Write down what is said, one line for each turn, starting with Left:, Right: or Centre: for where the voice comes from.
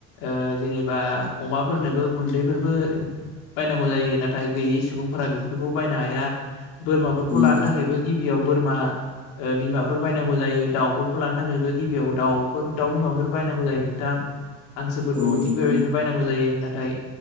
Left: ओ जेनेबा अमाफोरनोबो गुन्दैफोरबो बायनांगौ जायो नाथाय गैयै सुबुंफोरा बेफोरखौ बायनो हाया बोरमाफोरखौ
Centre: उम
Left: लानो थाखायबो गिबियाव बोरमा ओ बिमाफोर बायनांगौ जायो दाउफोरखौ लानो थाखायबो गिबियाव दाउफोर दाउ बिमाफोर बायनांगौ जायो हांसोफोरखौबो
Centre: औ
Left: थिग
Centre: नोंथां
Left: बेबायदिनो बायनांगौ जायो नाथाय